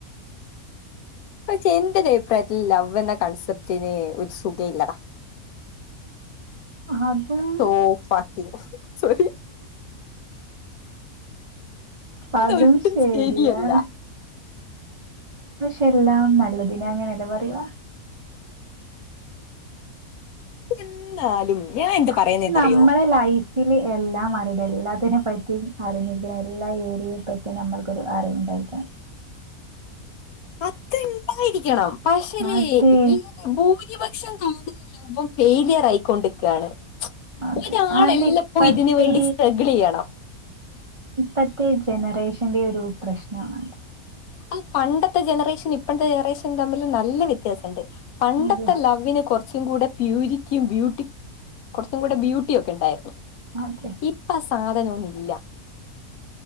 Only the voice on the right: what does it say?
അതും
അതും ശരിയാണ്
പക്ഷെ എല്ലാം നല്ലതിന് അങ്ങനെയല്ല പറയുക
പക്ഷെ
നമ്മുടെ ലൈഫ് ഇതിൽ എല്ലാം അറിയിണം എല്ലാത്തിനെ പറ്റിയും അറിഞ്ഞിരിക്കണം എല്ലാ ഏരിയെ പറ്റിയും നമ്മൾക്കൊരു അറിവുണ്ടായിരിക്കണം
അതെ
അതെ
അത് ഇപ്പത്തെ
ഇപ്പത്തെ ജനറേഷന്റെ ഒരു പ്രശ്നമാണ്
അതെ
അതെ